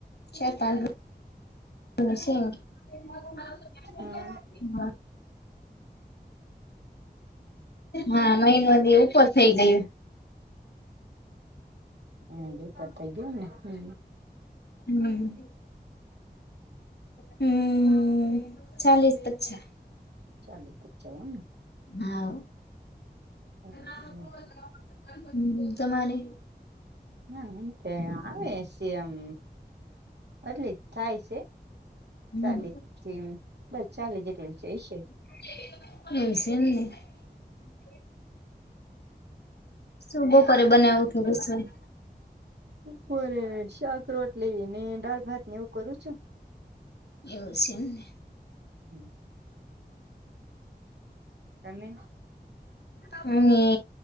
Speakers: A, on the left (about 80°); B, on the right (about 80°).
A: ચાર પાંચ <unintelligible> સિંહ <unintelligible>
B: હમ
A: હા, મહિનોની ઉપર થઈ ગયું
B: મહિના ઉપર થઈ ગયો ને, હમ્મ.
A: હમ્મ, હમ્મ ચાલ પછા
B: ચાલી પચા <unintelligible>
A: હાઉ
B: એમને
A: <inaudible> હમ્મ, તમારે?
B: <unintelligible> આવે શે આમ એટલે થાયશે
A: હમ
B: ચાલે તેમ પર ચાલે જેટલી જઈ શક
A: <unintelligible> શું બપોરે બનાવું થોડુંશ?
B: બપોરે શાક-રોટલી ને દાળ ભાતને એવું કરું છું.
A: એવું શે એમને.
B: હમ્મ. તમે?
A: હું એ